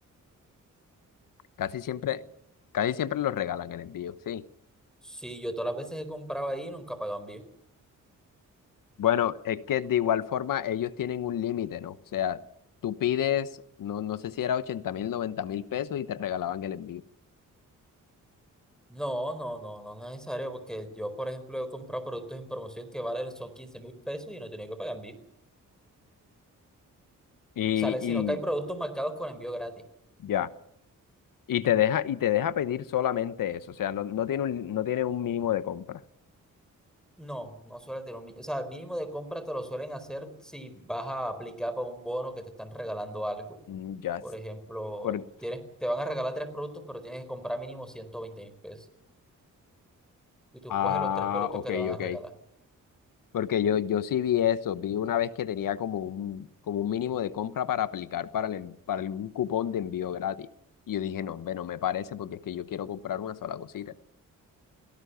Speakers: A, on the left (about 80°); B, in the centre.
A: casi siempre, casi siempre los regalan el envío, sí.
B: Sí, yo todas las veces he comprado ahí nunca pago envío.
A: Bueno, es que de igual forma ellos tienen un límite, ¿no? O sea, tú pides, no, no sé si era ochenta mil, noventa mil pesos y te regalaban el envío.
B: No, no, no, no, no es necesario, porque yo, por ejemplo, he comprado productos en promoción que valen son 15 mil pesos y no he tenido que pagar envío.
A: Y,
B: Sale, sino que hay productos marcados con envío gratis.
A: Ya. Y te deja, y te deja pedir solamente eso. O sea, no, no tiene un, no tiene un mínimo de compra.
B: No, no suele tener un mínimo. O sea, el mínimo de compra te lo suelen hacer si vas a aplicar para un bono que te están regalando algo.
A: Mm, Ya.
B: Por
A: s-
B: ejemplo,
A: Por...
B: tienes, te van a regalar tres productos, pero tienes que comprar mínimo 120 mil pesos. Y tú
A: Ah,
B: escoges los tres productos
A: ok,
B: que te van a
A: ok.
B: regalar.
A: Porque yo, yo sí vi eso, vi una vez que tenía como un, como un mínimo de compra para aplicar para, el en- para algún cupón de envío gratis. Y yo dije, no, hombre, no me parece porque es que yo quiero comprar una sola cosita.